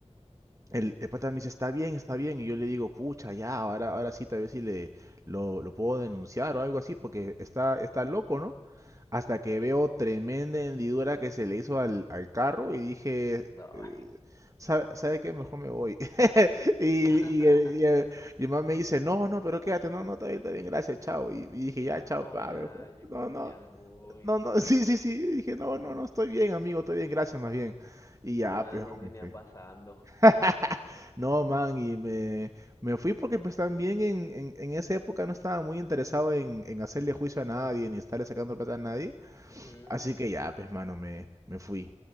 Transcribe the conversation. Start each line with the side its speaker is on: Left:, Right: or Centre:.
Right: el, el pata me dice, está bien, está bien. Y yo le digo, pucha, ya, ahora, ahora sí, tal vez sí le, lo, lo puedo denunciar o algo así, porque está, está loco, ¿no? Hasta que veo tremenda hendidura que se le hizo al, al carro y dije,
Left: <laughs> no.
Right: eh, ¿Sabe, sabe qué? Mejor me voy. <laughs> Y,
Left: <laughs>
Right: y, el- y, el- y el man me dice, no, no, pero quédate, no, no, está bien, está bien, gracias, chao. Y, y dije,
Left: Entonces
Right: ya, chao,
Left: no,
Right: pa.
Left: ya,
Right: me fue.
Left: yo
Right: No,
Left: creo
Right: no,
Left: que ya me voy.
Right: no, no, <laughs> sí,
Left: Yo,
Right: sí, sí. Y dije, no, no, no, estoy bien, amigo, estoy bien, gracias, más bien. Y ya,
Left: yo nada
Right: pues,
Left: más venía
Right: me fui.
Left: pasando.
Right: <laughs> No, man, y me, me fui porque pues también en, en, en esa época no estaba muy interesado en, en hacerle juicio a nadie, ni estarle sacando plata a nadie.
Left: Ujú.
Right: Así que ya, pues mano, me, me fui.